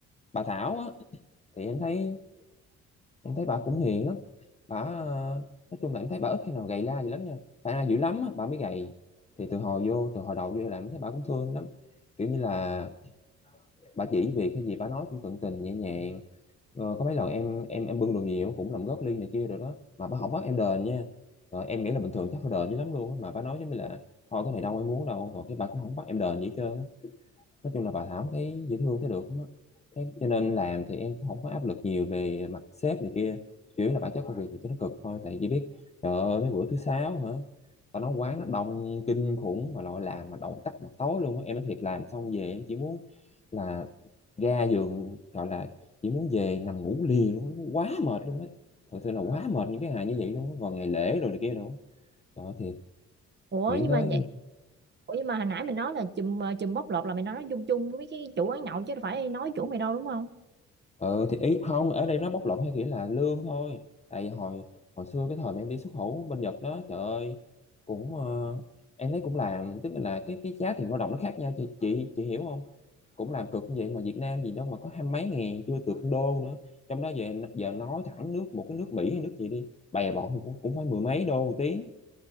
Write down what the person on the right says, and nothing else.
ủa
nhưng
mà vậy ủa nhưng mà hồi nãy mày nói là chùm ờ, chùm bóc lột là mày nói chung chung với mấy cái chủ quán nhậu chứ đâu phải nói chủ mày đâu đúng không